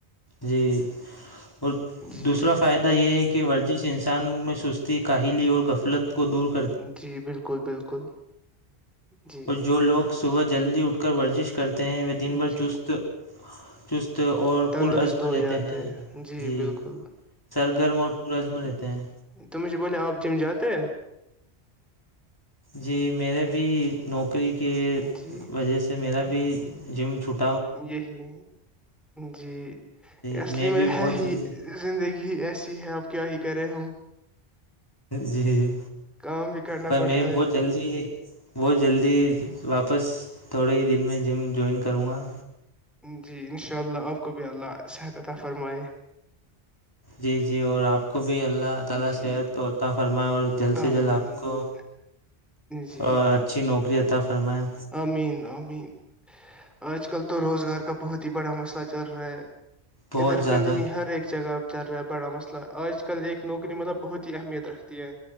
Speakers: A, on the left; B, in the centre.
A: جی اور
B: جی
A: دوسرا فائدہ یہ ہے ورزش انسان میں سستی کاہلی اور غفلت کو دور کر
B: جی بالکل بالکل جی
A: اور جو لوگ صبح جلدی اٹھ کر ورزش کرتے ہیں وہ دن بھر
B: جی
A: چست چست اور
B: تندرست
A: پرعزم
B: ہو
A: لیتے
B: جاتے
A: ہیں جی
B: بالکل
A: سرگرم اور پرزم رہتے ہیں
B: تج بولے آب ج چم جیاداتہ
A: جی میرے بھی نوکری کے
B: جی
A: وجہ سے میرا بھی جم چھٹ
B: یہی جی
A: جی
B: اصلی
A: بھی
B: میں
A: بہت
B: ہے ہی
A: جلدی
B: زندگی ہی ایسی ہے اب کیا ہی کریں ہم
A: جی جی
B: کام بھی کرنا
A: پر
B: پڑتا
A: میں بہت
B: ہے
A: جلدی بت جلدی واپس تھوڑے ہی دن میں جم جوائن کروں گا
B: جی ان شاء اللہ آپ کو بھی اللہ صحت عطا فرمائے
A: جی جی اور اپ کو بھی اللہ تعالی
B: جی
A: صحت عطا فرمائے اور جلد
B: آمین
A: سے جلد آپ کو
B: جی
A: اچھی نوکری عطا فرمائیں
B: امین امین آج کل تو روزگار کا بہت ہی بڑا مسئلہ چل رہا ہے
A: بہت
B: ادھر
A: زیادہ
B: پہ نہیں ہر ایک جگہ چل رہا ہے بڑا مسئلہ آج کل ایک نوکری مطلب بہت ہی اہمیت رکھتی ہے